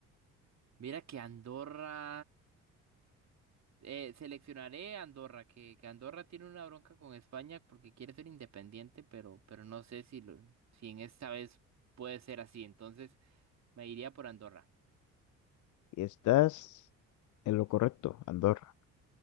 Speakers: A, on the right; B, on the left.
A: Mira que Andorra... Eh, seleccionaré Andorra, que, que Andorra tiene una bronca con España porque quiere ser independiente, pero, pero no sé si lo, si en esta vez puede ser así. Entonces me iría por Andorra.
B: Y estás en lo correcto, Andorra.